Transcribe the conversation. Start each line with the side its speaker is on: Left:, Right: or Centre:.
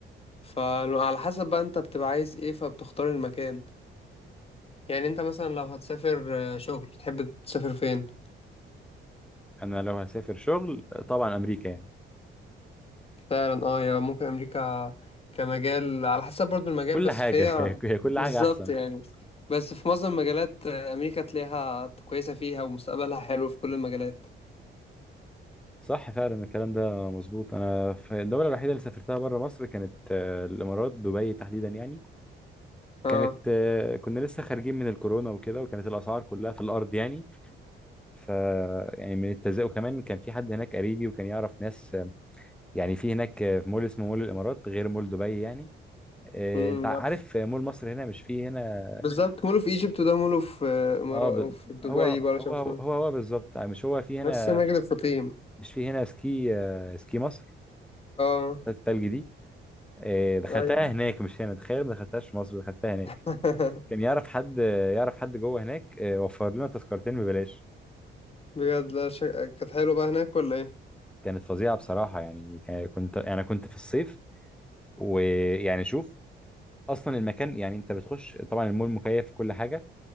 Left: فعلى حسب بقى أنت بتبقى عايز إيه فبتختار المكان يعني أنت مثلا لو هتسافر آه، شغل تحب تسافر فين؟
Centre: انا لو هسافر شغل طبعا امريكا يعني
Left: فعلا اه يا ممكن امريكا كمجال على حسب برضو المجال
Centre: كل
Left: بس
Centre: حاجه
Left: فهي
Centre: <laughs> هي كل
Left: بالظبط
Centre: حاجه احسن
Left: يعني بس في معظم المجالات آه، امريكا تلاقيها كويسه فيها ومستقبلها حلو في كل المجالات
Centre: صح فعلا الكلام ده مظبوط انا في الدوله الوحيده اللي سافرتها بره مصر كانت آه، الامارات دبي تحديدا يعني
Left: اه
Centre: كانت آه، كنا لسه خارجين من الكورونا وكده وكانت الاسعار كلها في الارض يعني ف يعني من التزاؤم وكمان كان في حد هناك قريبي وكان يعرف ناس آه، يعني في هناك آه، في مول اسمه مول الامارات غير مول دبي يعني آه،
Left: امم
Centre: انت عارف
Left: نفس
Centre: آه، مول مصر هنا مش فيه هنا
Left: بالظبط مولو في ايجيبت وده مولو في آه، امارات
Centre: اه ب...
Left: وفي دبي
Centre: هو
Left: بقى عشان
Centre: هو
Left: اسمه
Centre: هو هو بالظبط مش هو في هنا
Left: نفس مجد الفطيم
Centre: مش في هنا سكي آه، سكي مصر
Left: اه
Centre: بتاعت التلج دي آه، دخلتها
Left: ايوه
Centre: هناك مش هنا تخيل ما دخلتهاش في مصر دخلتها هناك
Left: <laughs>
Centre: كان يعرف حد آه، يعرف حد جوه هناك آه، وفر لنا تذكرتين ببلاش
Left: بجد لا شك... كانت حلوه بقى هناك ولا ايه
Centre: كانت فظيعة بصراحة يعني كان- كنت يعني كنت في الصيف ويعني شوف اصلا المكان يعني انت بتخش طبعا المول مكيف في كل حاجة